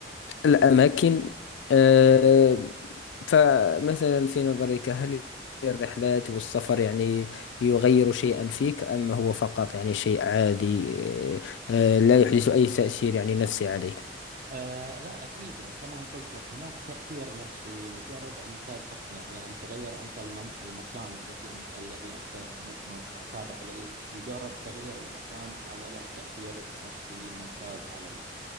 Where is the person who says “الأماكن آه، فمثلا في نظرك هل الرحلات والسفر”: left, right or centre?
Left